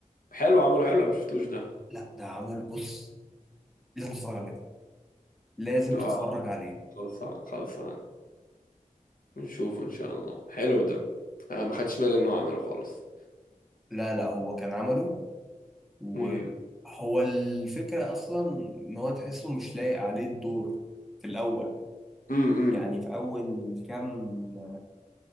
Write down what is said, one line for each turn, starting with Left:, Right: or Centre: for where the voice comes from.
Left: حلو عمله حلو انا ما شفتوش ده
Centre: لا ده عمل بص لازم تتفرج عليه لازم
Left: اه
Centre: تتفرج عليه
Left: خلصان خلصان نشوفه ان شاء الله حلو ده آه ما خدتش بالي انه عمله خالص
Centre: لا لا هو كان عمله وهو
Left: امم
Centre: الفكرة أصلا إن هو تحسه مش لايق عليه الدور في الأول
Left: امم
Centre: يعني في أول كام